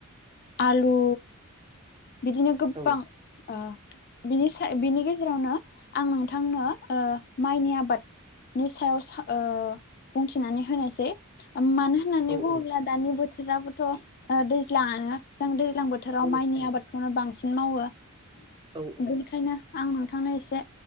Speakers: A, on the left; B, on the right.
A: आलु बिदिनो गोबां
B: औ
A: ओ बिनि सा बिनि गेजेरावनो आं नोंथांनो ओ माइनि आबाद नि सायाव सा बुंथिनानै होनायसै मानोना होननानै
B: औ
A: बुङोब्ला
B: औ
A: दानि बोथोराबोथ' दैज्लाङानो जों दैज्लां बोथोराव
B: नंगौ नोंथां
A: माइनि आबाद खौनो बांसिन मावो
B: औ औ औ
A: बेनिखायनो आं नोंथांनो एसे